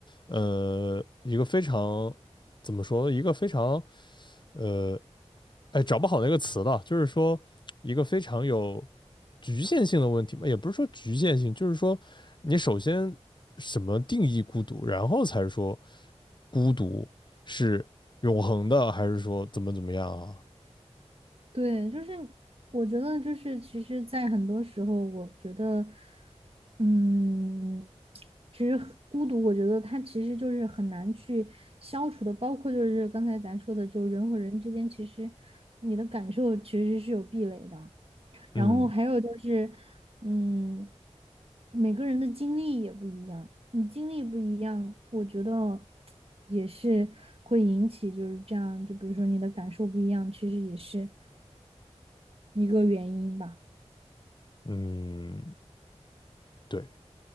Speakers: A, on the left (about 40°); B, on the right (about 55°).
A: 呃，一个非常怎么说，一个非常，呃，哎，找不好那个词了，就是说一个非常有局限性的问题嘛，也不是说局限性，就是说你首先什么定义孤独，然后才说孤独是永恒的，还是说怎么怎么样啊？
B: 对，就是我觉得就是其实，在很多时候，我觉得，嗯，其实很孤独，我觉得它其实就是很难去消除的，包括就是刚才咱说的，就是人和人之间，其实你的感受其实是有壁垒的。然后还有就是，
A: 嗯
B: 嗯，每个人的经历也不一样，你经历不一样，我觉得也是会引起就是这样，就比如说你的感受不一样，其实也是。一个原因吧。
A: 嗯，对。